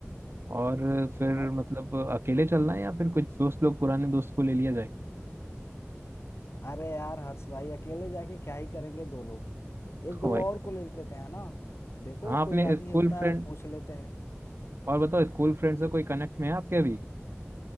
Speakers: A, on the right; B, on the left.
A: और फिर
B: हाँ
A: मतलब अकेले चलना है या फिर कुछ दोस्त लोग पुराने दोस्त को ले लिया जाए
B: अरे यार हर्ष भाई अकेले जाके क्या ही करेंगे दो लोग एक दो
A: वही
B: और
A: तो।
B: को ले लेते हैं ना देखो
A: हाँ
B: कोई
A: अपने
B: राजी
A: स्कूल
B: होता
A: फ्रेंड
B: है पूछ लेते हैं
A: और बताओ स्कूल फ्रेंड से कोई कनेक्ट में है आपके अभी